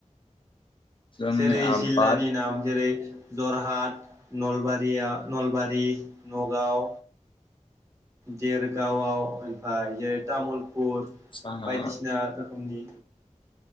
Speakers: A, on the left; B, on the right.
A: जोंनि
B: जेरै
A: आबाद
B: जिल्लानि नाम जेरै जरहाट नलबारिया नलबा रि नगाव, देरगावआव ओमफाय जेरै तामुल पुर
A: साहा
B: बायदिसिना रोखोमनि